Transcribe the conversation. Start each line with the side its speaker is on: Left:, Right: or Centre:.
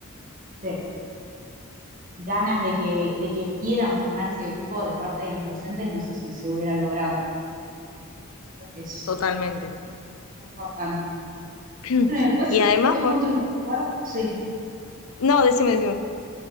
Right: sé, ganas de que, de que quieran formar ese grupo de parte de los docentes, no sé si se hubiera logrado. Creo que es
Left: Totalmente.
Right: muy importante.
Left: <clears throat>
Right: Bueno, y después
Left: Y además,
Right: tengo
Left: bu-
Right: otros recuerdos. Sí.
Left: no, decime, decime.